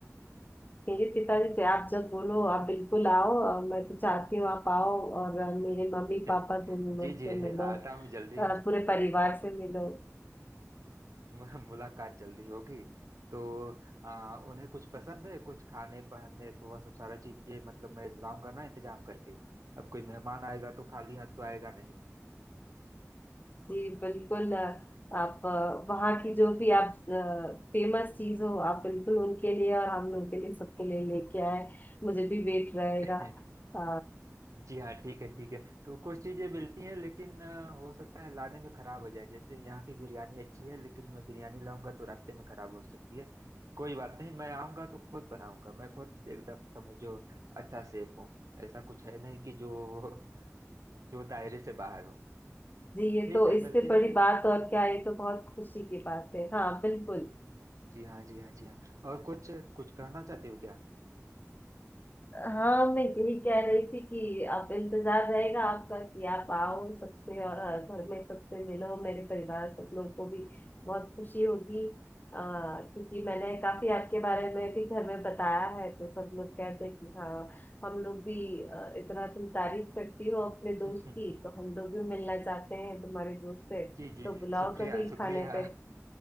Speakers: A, on the left; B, on the right.
A: मेरे पिताजी से आप जब बोलो आप बिल्कुल आओ और मैं तो चाहती हूँ आप आओ और आ, मेरे मम्मी
B: जी
A: पापा दोनों लोग
B: जी
A: से
B: है,
A: मिलो
B: आता हूँ जल्दी
A: आ, पूरे परिवार से मिलो
B: मु- मुलाकात जल्दी होगी तो अ, उन्हें कुछ पसंद है कुछ खाने पहनने तो वह सब सारा चीजें मतलब मैं लाऊंगा ना इंतजाम करके अब कोई मेहमान आएगा तो खाली हाथ तो आएगा नहीं
A: जी, बिल्कुल अ, आप अ, वहाँ की जो भी आप फेमस चीज हो आप बिल्कुल उनके लिए और हम लोग के लिए सबके लिए लेके आए मुझे भी वेट रहेगा
B: <laughs>
A: अ,
B: जी हाँ ठीक है ठीक है तो कुछ चीजें मिलती हैं लेकिन अ, हो सकता है लाने में खराब हो जाए जैसे यहाँ की बिरयानी अच्छी है लेकिन मैं बिरयानी लाऊंगा तो रास्ते में खराब हो सकती है कोई बात नहीं मैं आऊंगा तो खुद बनाऊंगा मैं खुद एकदम समझो अच्छा सेफ हूँ ऐसा कुछ है नहीं कि जो जो दायरे से बाहर हो
A: जी ये
B: ठीक
A: तो
B: है
A: इससे
B: मिलते
A: बड़ी
B: हैं फिर
A: बात और क्या है ये तो बहुत खुशी की बात है हाँ बिल्कुल
B: जी हाँ जी हाँ जी हाँ और कुछ कुछ कहना चाहती हो क्या
A: हाँ मैं यही कह रही थी कि आप इंतजार रहेगा आपका कि आप आओ सबसे और अ, घर में सबसे मिलो मेरे परिवार सब लोग को भी बहुत खुशी होगी अ, क्योंकि मैंने काफी आपके बारे में भी घर में बताया है तो सब लोग कहते हैं कि हाँ हम लोग भी अ, इतना तुम तारीफ करती हो अपने
B: <laughs>
A: दोस्त की तो हम लोग भी मिलना चाहते हैं तुम्हारे दोस्त से
B: जी जी
A: तो बुलाओ
B: शुक्रिया
A: कभी
B: शुक्रिया
A: खाने पे